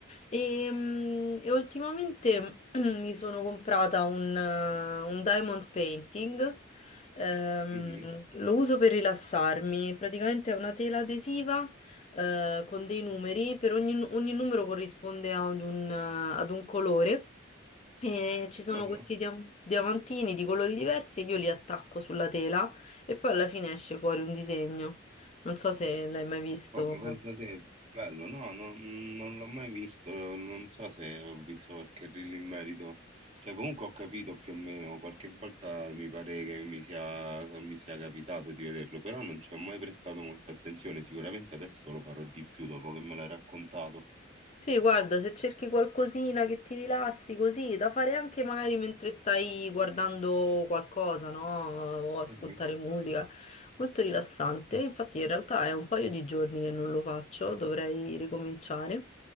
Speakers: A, on the left; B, on the right.
A: E, mm, e ultimamente <clears throat> mi sono comprata un, eh, un diamond painting Ehm,
B: Mhm,
A: lo uso per rilassarmi, praticamente è una tela adesiva eh, con dei numeri, per ogni, ogni numero corrisponde ad un, ad un colore e ci sono
B: aha.
A: questi dia- diamantini di colori diversi e io li attacco sulla tela e poi alla fine esce fuori un disegno. Non so se l'hai mai visto.
B: Oh, ma pensa te, bello, no, non, non l'ho mai visto, non so se ho visto qualche reel in merito, cioè comunque ho capito più o meno, qualche volta mi pare che mi sia, mi sia capitato di vederlo, però non ci ho mai prestato molta attenzione, sicuramente adesso lo farò di più dopo che me l'hai raccontato.
A: Sì, guarda, se cerchi qualcosina che ti rilassi così, da fare anche magari mentre stai guardando qualcosa, no? O ascoltare
B: Mhm.
A: musica, molto rilassante. Infatti in realtà è un paio di giorni che non lo faccio, dovrei ricominciare.